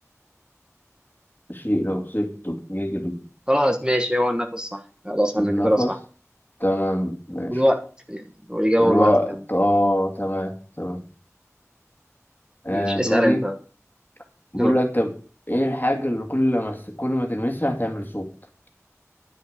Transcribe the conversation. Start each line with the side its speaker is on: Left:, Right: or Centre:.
Left: شيء لو سبته يجري
Right: خلاص ماشي هو النفس صح خلاص احنا
Left: النفس
Right: كده صح
Left: تمام ماشي
Right: والوقت يعني والإجابة
Left: والوقت
Right: والوقت كمان
Left: اه تمام تمام آه
Right: ماشي اسأل
Left: دوري
Right: أنت
Left: بقول
Right: دور
Left: لك طب ايه الحاجة اللي كل ما س- كل ما تلمسها هتعمل صوت